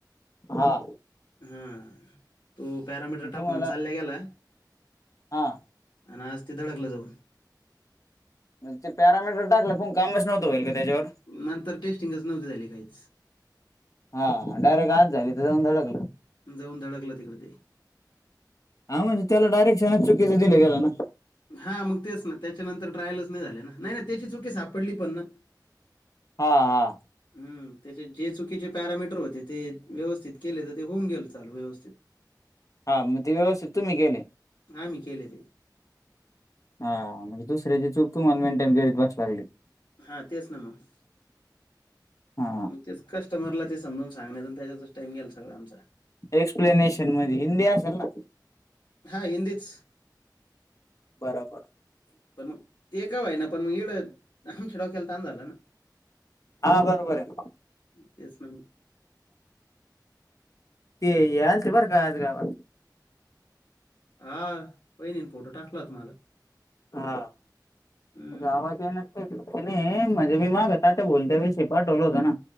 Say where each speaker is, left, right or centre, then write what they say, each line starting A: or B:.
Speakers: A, on the left; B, on the left.
A: हा.
B: हं... तो पॅरामीटर
A: मग
B: टाकून
A: तुम्हाला
B: चालल्या गेला
A: हा
B: अन आज ते धडकलं जाऊन.
A: म्हणज ते पॅरामीटर टाकलं पण कामच नव्हतं होईल का त्याच्यावर?
B: नंतर टेस्टिंगच नव्हती झाली काहीच.
A: हा... डायरेक्ट आज झाली तर, जाऊन धडकलं.
B: जाऊन धडकलं तिकडे ते
A: हा म्हणजे... त्याला डारेक्शनच चुकीचं दिलं गेलं ना
B: हा मग तेच ना... त्याच्यानंतर ट्रायलच नाई झाली ना... नाई ना पण त्याची चुकी सापडली पण ना
A: हा हा.
B: हम्म... त्याचे जे चुकीचे पॅरामीटर होते ते.. व्यवस्थित केलं तर ते होऊन गेलं चालू व्यवस्थित.
A: हा... मग ते व्यवस्थित तुम्ही केले?
B: आम्ही केले ते.
A: हा... म्हणजे दुसऱ्याची चूक... तुम्हाला मेंटेन करीत बसावी लागली.
B: हा... तेच ना मग.
A: हा
B: मग तेच कस्टमरला ते समजून सांगण्यात आणि त्याच्यातच टाईम गेला सगळा आमचा
A: एक्सप्लेनेशन मध्ये.. हिंदी असल ना?
B: हा हिंदीच...
A: बरोबर
B: पण मग ते का व्हय ना... पण मग इडं... आमच्या डोक्याला ताण झाला ना
A: हा बरोबर आहे
B: तेच ना मग
A: ते हे आल्ते, बर का आज गावात
B: हा... वाहिनीनं फोटो टाकला होता माझा.
A: हा...
B: हं.
A: तुझा आवाज येईना? नाही नाही म्हणजे मी माग तात्या बोलते त्यावेळेस पाठवलं होत ना.